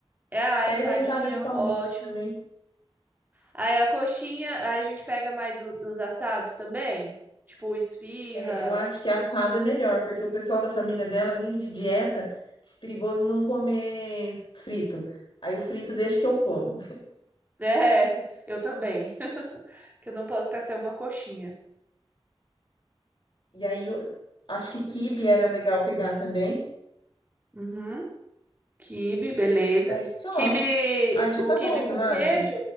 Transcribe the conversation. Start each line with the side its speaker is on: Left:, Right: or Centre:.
Right: é a
Left: Pega
Right: empadinha,
Left: a empada de palmito
Right: ótimo.
Left: também.
Right: Aí a coxinha, aí a gente pega mais o- dos assados também, tipo esfirra.
Left: É, eu acho que assado é melhor, porque o pessoal da família dela vive de dieta, perigoso não comer frito. Aí o frito deixa que eu como.
Right: É, <laughs> eu também, <laughs> que eu não posso ficar sem uma coxinha.
Left: E aí eu acho que quibe era legal pegar também.
Right: Uhum. Quibe, beleza.
Left: E aí só.
Right: Quibe,
Left: Aí já
Right: o
Left: tá
Right: quibe
Left: bom,
Right: com
Left: você não acha?
Right: queijo?